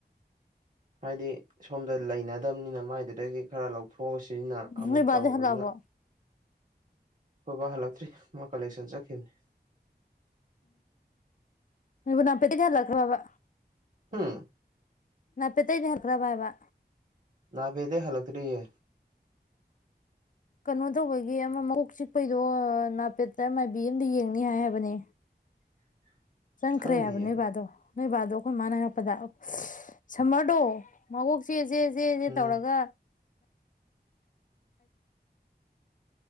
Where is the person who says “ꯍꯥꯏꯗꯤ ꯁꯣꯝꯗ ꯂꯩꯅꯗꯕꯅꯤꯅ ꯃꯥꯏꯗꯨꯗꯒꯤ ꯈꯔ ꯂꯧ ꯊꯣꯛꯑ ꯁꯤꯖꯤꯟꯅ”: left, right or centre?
Right